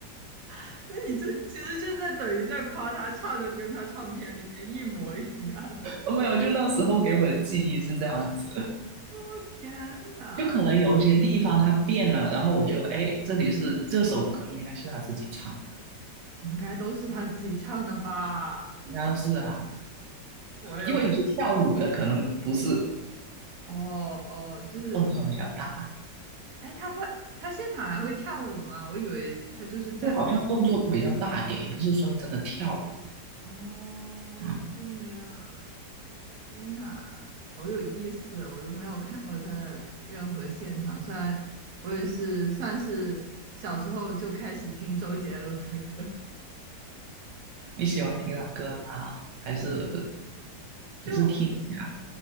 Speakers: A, on the right; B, on the right.
A: <laughs>，那你这其实就在等于在夸他唱的跟他唱片里面一模一样。<laughs>
B: 哦，没有，就那时候给我的记忆是这样子。
A: 哦天哪，
B: 就可能有一些地方他变了，然后我就哎，这里是这首歌应该是他自己唱的，
A: 应该都是他自己唱的吧？
B: 应该是啊，
A: 我也不
B: 因为有些跳舞的可能不是
A: 哦哦，就是，
B: 动作比较大，
A: 哎，他会，他现场还会跳舞吗？我以为他就是站，
B: 就好像动作比较大点，也不是说真的跳舞
A: 哦，
B: 啊、嗯
A: 这样，天哪，好有意思哦，我都没有看过他的任何现场，虽然我也是算是小时候就开始听周杰伦的歌。
B: 你喜欢听他歌吗？还是
A: 就
B: 只是听一下？